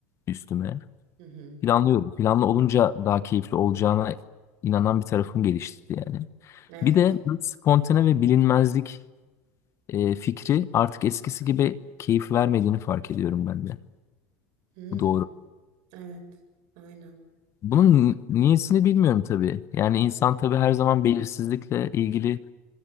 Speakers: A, on the left; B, on the right.
A: üstüme.
B: Hı hı.
A: Planlıyorum. Planlı olunca daha keyifli olacağına inanan bir tarafım gelişti yani.
B: Evet.
A: Bir de spontane ve bilinmezlik e, fikri artık eskisi gibi keyif vermediğini fark ediyorum ben de.
B: Hmm,
A: Bu doğru.
B: evet, aynen.
A: Bunun niyesini bilmiyorum tabii. Yani insan tabii her zaman belirsizlikle ilgili